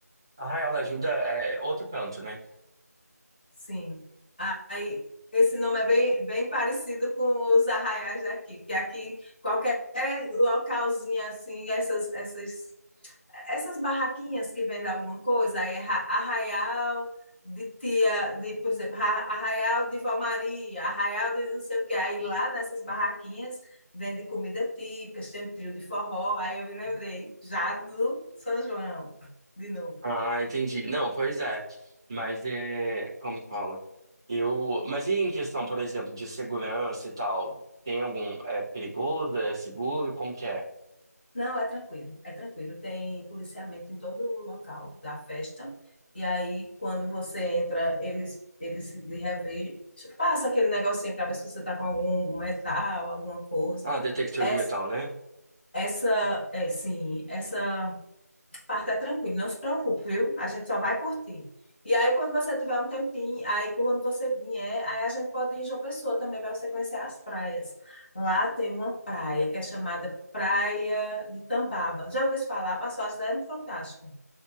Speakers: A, on the right; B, on the left.
A: Arraial da Ajuda é outro canto, né?
B: Sim. Aí esse nome é bem, bem parecido com os arraiais daqui, que aqui qualquer localzinho assim, essas, essas Essas barraquinhas que vendem alguma coisa, aí é ra- arraial de tia, de, por exemplo, ra- arraial de Vó Maria, arraial de não sei o quê. Aí lá nessas barraquinhas vende comida típica, tem um trio de forró. Aí eu me lembrei, já do São João, de novo.
A: Ah, entendi. Não, pois é. Mas é, como que fala? Eu, mas e em questão, por exemplo, de segurança e tal? Tem algum, é perigoso, é seguro, como que é?
B: Não, é tranquilo, é tranquilo. Tem policiamento em todo o local da festa. E aí, quando você entra, eles, eles lhe revistam. Passa aquele negocinho para ver se você está com algum metal, alguma coisa.
A: Ah, detector
B: É
A: de metal, né?
B: Essa, é, sim, essa parte é tranquila, não se preocupe, viu? A gente só vai curtir. E aí, quando você tiver um tempinho, aí quando você vier, aí a gente pode ir em João Pessoa também, para você conhecer as praias. Lá tem uma praia que é chamada Praia de Tambaba. Já ouviu falar? Passou as ideias no Fantástico.